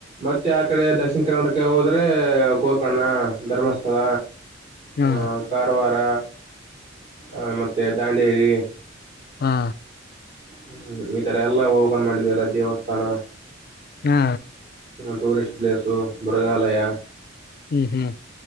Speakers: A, on the right; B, on the left.
A: ಮತ್ತೆ ಆ ಕಡೆ ದಕ್ಷಿಣ ಕರ್ನಾಟಕ ಹೋದ್ರೆ ಗೋಕರ್ಣ ಧರ್ಮಸ್ಥಳ
B: ಹಾ
A: ಆ ಕಾರವಾರ ಆ ಮತ್ತೆ ದಾಂಡೇಲಿ
B: ಹಾ
A: ಹ್ಮ್ ಈ ತರ ಎಲ್ಲಾ ಹೋಗನ್ ಮಾಡಿದ್ವಿ ಎಲ್ಲ ದೇವಸ್ಥಾನ
B: ಹಾ
A: ಟೂರಿಸ್ಟ್ ಪ್ಲೇಸು ಮೃಗಾಲಯ
B: ಹ್ಮ್ ಹ್ಮ್